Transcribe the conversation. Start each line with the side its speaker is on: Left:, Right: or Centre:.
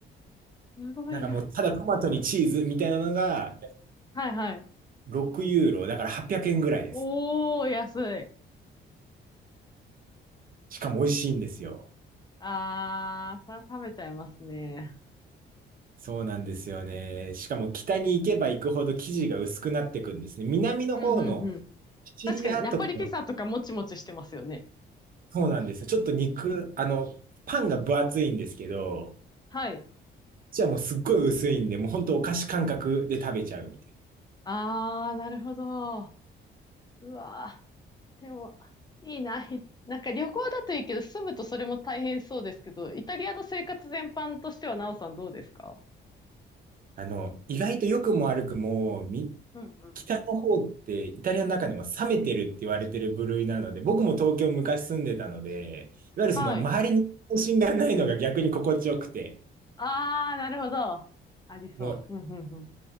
Left: すごいな。
Right: なんかもう、ただトマトにチーズみたいなのが
Left: はいはい。
Right: 6ユーロ、だから800円ぐらいです。
Left: おー、安い。
Right: しかも美味しいんですよ。
Left: あー、それは食べちゃいますね。
Right: そうなんですよね。しかも北に行けば行くほど生地が薄くなっていくんですね。南の方の
Left: うんうんうん。
Right: シチリアとかの
Left: 確かに、ナポリピザとかもちもちしてますよね。
Right: そうなんですよ。ちょっと肉、あの、パンが分厚いんですけど、
Left: はい。
Right: じゃあもうすっごい薄いんで、もうほんとお菓子感覚で食べちゃうみたい
Left: ああ、なるほど。うわー。でも、いいな。<laughs> ひなんか旅行だといいけど、住むとそれも大変そうですけど、イタリアの生活全般としては、なおさんどうですか
Right: な。あの、意外と良くも悪くも、み、
Left: うんうん。
Right: 北の方ってイタリアの中でも冷めてるって言われてる部類なので、僕も東京昔住んでたので、いわゆるその周りに関心がないのが逆に心地よくて、
Left: はい。ああ、なるほど。ありそう。
Right: もう
Left: うん、うん、うん。